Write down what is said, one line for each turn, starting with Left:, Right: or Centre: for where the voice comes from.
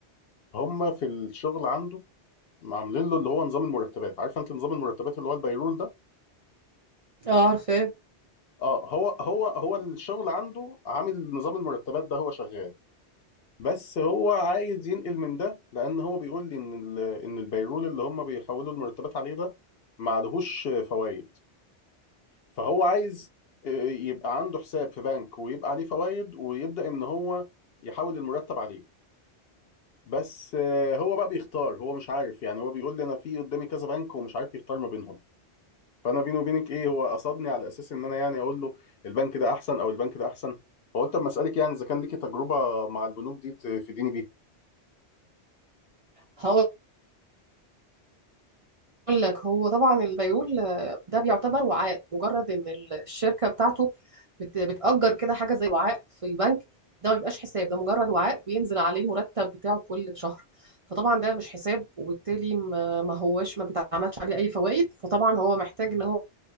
Left: هم في الشغل عنده عاملين له اللي هو نظام المرتبات عارفه انت نظام المرتبات اللي هو البيرول ده
Right: اه عارفاه
Left: اه هو هو هو الشغل عنده عامل نظام المرتبات ده هو شغال بس هو عايز ينقل من ده لان هو بيقول لي ان ال- ان البيرول اللي هم بيحولوا المرتبات عليه ده ما عليهوش فوائد فهو عايز آه، يبقى عنده حساب في بنك ويبقى عليه فوائد ويبدا ان هو يحول المرتب عليه بس آه، هو بقى بيختار هو مش عارف يعني هو بيقول لي انا في قدامي كذا بنك ومش عارف يختار ما بينهم فانا بيني وبينك ايه هو قصدني على اساس ان انا يعني اقول له البنك ده احسن او البنك ده احسن فقلت اما اسالك يعني اذا كان ليكي تجربه مع البنوك دي تفيديني بيها
Right: هقول لك هو طبعا البيرول آه، ده بيعتبر وعاء مجرد ان الشركه بتاعته بت- بتأجر كده حاجه زي وعاء في البنك ده ما بيبقاش حساب ده مجرد وعاء بينزل عليه المرتب بتاعه كل شهر فطبعا ده مش حساب وبالتالي ما ما هوش ما بيتعملش عليه اي فوائد فطبعا هو محتاج ان هو